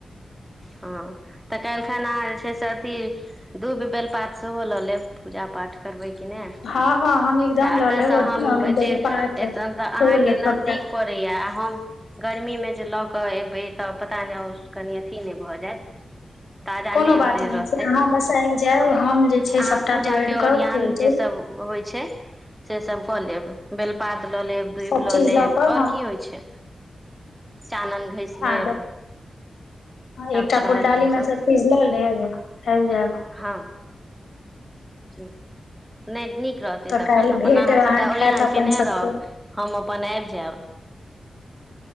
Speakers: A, in the centre; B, on the left (about 85°).
A: हँ तऽ काल्खिन अहाँ जे छै से अथी दुूब बेल पात सेहो लऽ लेब पूजा पाठ करबै कि ने
B: हँ हँ हम एकदम
A: तऽ एतऽ
B: लऽ लेब
A: से हम
B: बेलपात
A: अहाँके
B: फूल सबटा
A: नजदीक पड़ैया गर्मी मे जे लऽ कऽ एबै तब पता नहि कनि अथि से नए भ जाय ताजा
B: कोनो
A: नए
B: बात
A: ओते
B: नहि
A: रहतय
B: छै अहाँ बस आबि जायब हम जे छै
A: अहाँ
B: सभटा
A: पूजा
B: तोड़ि
A: के ओरियोन
B: कऽ फूल
A: के
B: तूल
A: सब होय छै से सब कऽ लेब बेलपात कत लऽ लेब दुबि
B: सब
A: लऽ
B: चीज
A: लेब
B: कऽ
A: आओर की होइ छै चानन घसि लेब
B: हँ एकटा
A: अक्षत
B: फुलडालीमे
A: ईसभ
B: सभचीज लऽ लेब आबि जायब
A: हँ से नहि नीक रहतै
B: तऽ
A: तखन
B: काल्हि
A: अपन
B: भेट
A: अहाँ
B: अहाँक
A: सभटा ओरियन
B: हैत अपन
A: केयने
B: सबके
A: रहब हम अपन आबि जायब